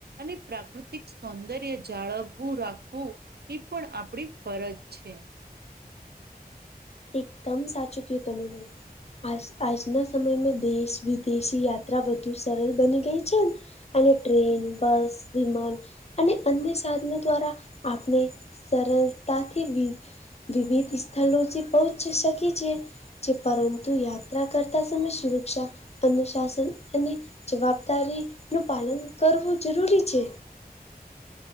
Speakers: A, on the right (about 80°); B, on the left (about 40°).
A: અને પ્રાકૃતિક સૌંદર્ય જાળવવું રાખવું. એ પણ આપડી ફરજ છે.
B: એકદમ સાચું કીતમવી. આ આજના સમયમાં દેશ વિદેશી યાત્રા વધુ સરળ બની ગઈ છે. અને ટ્રેન બસ વિમાન અને અન્ય સાધનો દ્વારા આપણે સરળતાથી વિ વિવિધ સ્થળોથી પહોંચી શકે છે પરંતુ યાત્રા કરતા સમય સુરક્ષા અનુશાસન અને જવાબદારી નું પાલન કરવું જરૂરી છે.